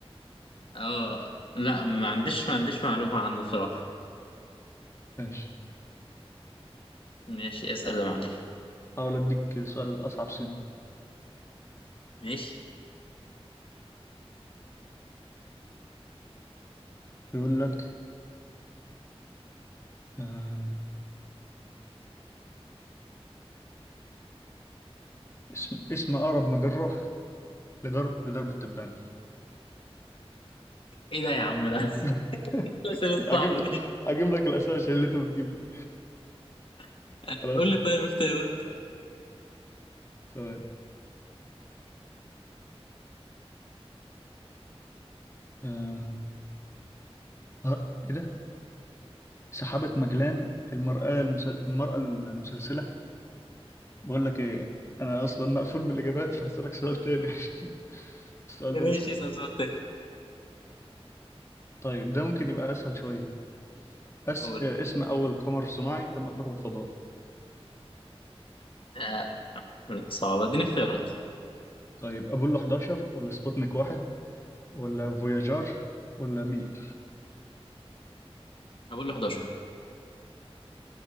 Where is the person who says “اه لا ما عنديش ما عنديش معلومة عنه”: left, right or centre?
Left